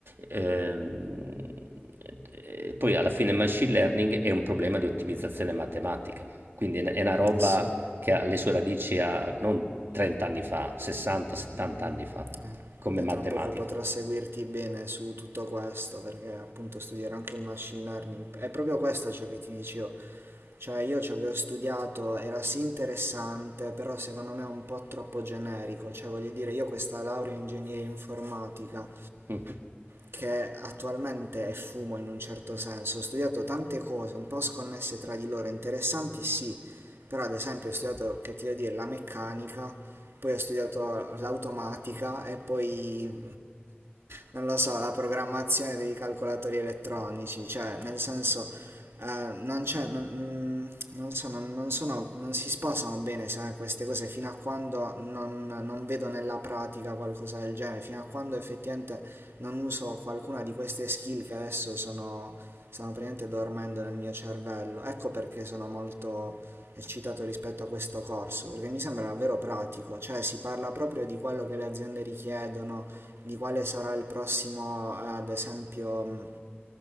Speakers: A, on the right; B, on the right.
A: ehm, ehm, poi alla fine machine learning è un problema di ottimizzazione matematica, quindi è n è una roba
B: sì,
A: che ha le sue radici a non 30 anni fa, 60, 70
B: mm,
A: anni fa,
B: mm, eh.
A: come
B: Io
A: matematica.
B: tra poco potrò seguirti bene su tutto questo, perché appunto studierò anche il machine learning. È proprio questo ciò che ti dicevo, cioè io ciò che ho studiato era sì interessante, però secondo me è un po' troppo generico, cioè voglio dire, io questa laurea in ingegneria informatica
A: Mh.
B: che attualmente è fumo in un certo senso. Ho studiato tante cose un po' sconnesse tra di loro, interessanti sì, però ad esempio ho studiato, che ti devo dire, la meccanica, poi ho studiato l'automatica e poi non lo so, la programmazione dei calcolatori elettronici, cioè nel senso eh, non c'è, non, mm, non so, non, non sono, non si sposano bene se- eh, queste cose fino a quando non, non vedo nella pratica qualcosa del genere, fino a quando effettivamente non uso qualcuna di queste skill che adesso sono, stanno praticamente dormendo nel mio cervello. Ecco perché sono molto eccitato rispetto a questo corso, perché mi sembra davvero pratico, cioè si parla proprio di quello che le aziende richiedono, di quale sarà il prossimo, eh, ad esempio, mh,